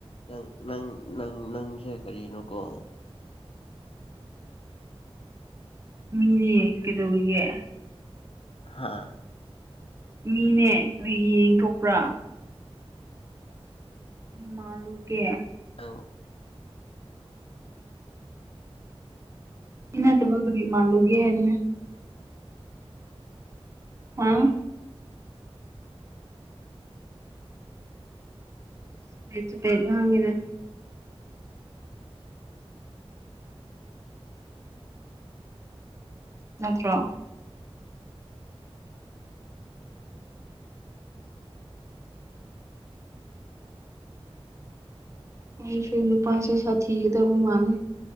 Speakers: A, on the left; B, on the right.
A: ꯅꯪ ꯅꯪ ꯅꯪ ꯅꯪꯁꯦ ꯀꯔꯤꯅꯣꯀꯣ
B: ꯃꯤꯅꯦ ꯀꯩꯗꯧꯔꯤꯒꯦ
A: ꯍꯥꯥ
B: ꯃꯤꯅꯦ ꯀꯔꯤ ꯌꯦꯡꯊꯣꯛꯄ꯭ꯔꯥ ꯃꯤ <unintelligible> ꯃꯥꯜꯂꯨꯒꯦ
A: ꯑꯧ
B: ꯏꯅꯥ <unintelligible> ꯇ <unintelligible> ꯀ꯭ꯔꯤ ꯃꯥꯂꯨꯒꯦ ꯍꯥꯏꯕꯅꯤ ꯍꯥꯥ ꯆꯄꯦꯠ ꯆꯄꯦꯠ ꯉꯥꯡꯉꯤꯘ ꯅꯠꯇ꯭ꯔꯣ ꯎ ꯐꯦ ꯄꯁ ꯁꯥꯠ ꯊꯤꯗꯕ ꯃꯥꯅꯦ